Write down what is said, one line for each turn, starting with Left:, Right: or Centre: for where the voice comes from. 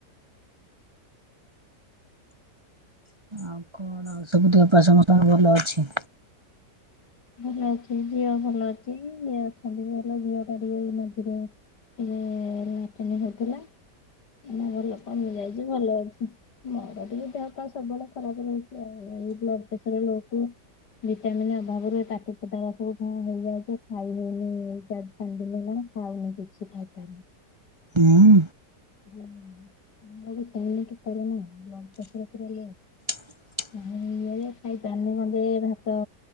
Right: ଆଉ କଣ ଆଉ ସବୁ ଦେହ ପା ସମସ୍ତଙ୍କର ଭଲ ଅଛି?
Left: ଭଲ ଅଛି ଝିଅ ଭଲ ଅଛି ଏ ଅଛନ୍ତି ଭଲ ଝିଅ ଟା ଟିକେ ଏଇ ମଝିରେ ଇ ଲାଟିନୀ ହଉଥିଲା ଏ ଭଲ କମି ଯାଇଛି ଭଲ ଅଛି। ମୋର ଟିକେ ଦେହପା ସବୁବେଳେ ଖରାପ ରହୁଛି ଆଉ ଏଇ ବ୍ଲଡପ୍ରେସର ଲୋ କୁ ଭିଟାମିିନ ଅଭାବରୁ ଏ ପାଟି ପୁଟା ଗୁରା ସବୁ ଉଁ ହେଇଯାଉଛି ଖାଇ ହଉନି ଏଇ ଚାର ଚାରିଦିନି ହେଲାଣି ଖାଉନି କିଛି ଖାଇପାରୁନି।
Right: ହୁଁ।
Left: <unintelligible> ବ୍ଲଡ ପ୍ରେସର୍ ପୁରା ଲୋ।
Right: <inaudible>
Left: <unintelligible> ଖାଇପାରୁନି ଗଣ୍ଡେ ଭାତ